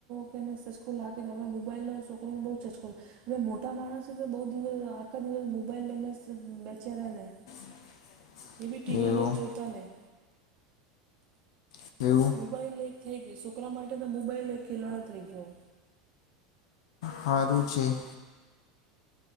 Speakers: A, on the right; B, on the left.
A: કેને સચકો લાગે હવે મોબાઈલનો છોકરોને બહુ સચકો લાગે હવે મોટા માણસે તો બૌ દિવસ આખા દિવસ મોબાઈલ લઈને બેચે ને
B: <inaudible>
A: એ બહુ ટીવી
B: એવું
A: ને એવુ જોતા નહી
B: <inaudible>
A: મોબાઈલ એક થઈ ગયો છોકરા માટે તો મોબાઈલ એક ખેલણો થઈ ગયો.
B: હારું છેે.